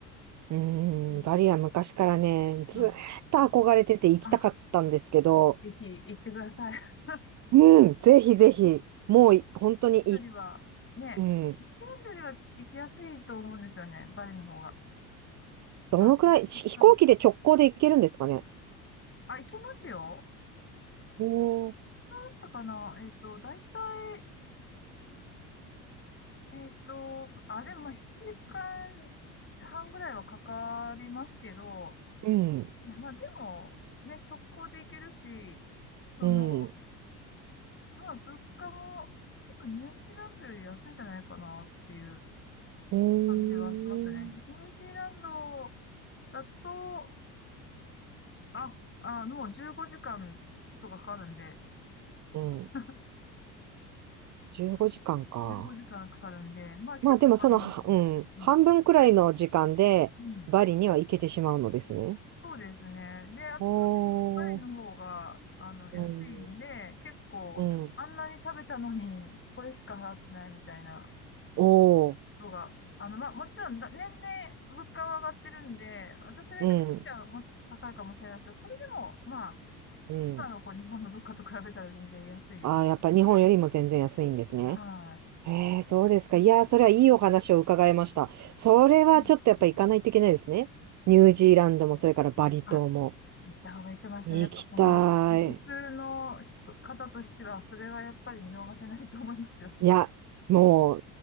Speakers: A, on the right; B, on the left.
A: うー
B: うん、
A: ん、バリは昔からね、ずーっと憧れてて行きたかったんですけど、
B: はい。あ、ぜひ行ってください。
A: うん、ぜひぜひ、
B: <laughs>
A: もうい本当にい、
B: よりは、ね、
A: うん、
B: ニュージーランドよりは行きやすいと思うんですよね、バリの方が。
A: どのくらい、
B: あの、ずっとはい
A: し飛行機で直行で行けるんですかね。
B: あ、行きますよ。
A: おー、
B: なんとかな、えっと、だいたい、えっと、そあれも7時間半ぐらいはかかりますけど、
A: うん、
B: うんまあでも、ね、直行で行けるし、その、
A: うん、
B: まあ物価も、多分ニュージーランドより安いんじゃないかなっていう
A: おー、
B: 感じはしますね。ニュージーランドだと、あ、あ、もう15時間とかかかるんで、
A: うん、
B: <laughs>
A: 15時間かんか。
B: 15時間かんかかるんで、まあ結構かかりますね。
A: まあでもその、はうん、
B: うん。
A: 半分くらいの時間でバリには行けてしまうのですね。
B: うん。そうですね。で、圧倒的にパリの方が、
A: おー、
B: あの、安いんで、
A: うん、
B: 結構、
A: うん、
B: あんなに食べたのに、これしか払ってないみたいな
A: おー、
B: 人が、あの、まあ、もちろんだ、年々物価は上がってるんで、私が行った時はもっと高いかもしれないですけど、
A: うん、
B: それでも、まあ、
A: うん。
B: 今のこう日本の物価と比べたら全然安いです。
A: ああ、やっぱ日本よりも全然安いんですね。
B: は
A: へえ、そうですか。
B: い。
A: いやー、それはいいお話を伺いました。それはちょっとやっぱ行かないといけないですね。
B: うん
A: ニュージーランドも、それからバリ島も。
B: あ、行った方がいいと思いますね。
A: 行きたい。
B: やっぱこの、普通の人、方としては、それはやっぱり見逃せないと思いますよ。
A: いや、も